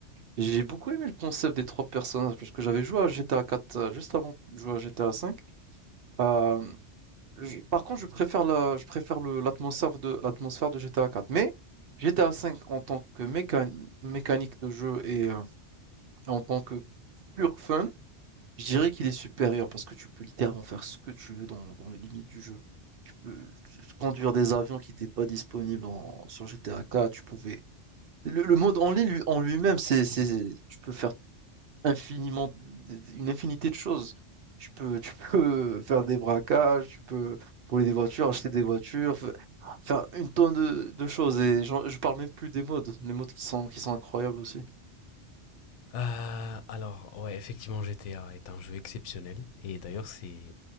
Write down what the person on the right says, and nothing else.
J'ai beaucoup aimé le concept des trois personnages parce que j'avais joué à GTA 4 euh, juste avant de jouer à GTA 5. Euh, je- par contre, je préfère la, je préfère le, l'atmosphère de, l'atmosphère de GTA 4. Mais GTA 5 en tant que mécan- mécanique de jeu et euh, en tant que pur fun, je dirais qu'il est supérieur parce que tu peux littéralement faire ce que tu veux dans, dans les limites du jeu. Tu peux conduire des avions qui n'étaient pas disponibles en- sur GTA 4. Tu pouvais Le, le mode en ligne lui- en lui-même, c'est, c'est, tu peux faire infiniment, une infinité de choses. Tu peux, tu peux <laughs> faire des braquages, tu peux voler des voitures, acheter des voitures, fa- faire une tonne de, de choses. Et j'en- je parle même plus des modes, les modes qui sont, qui sont incroyables aussi.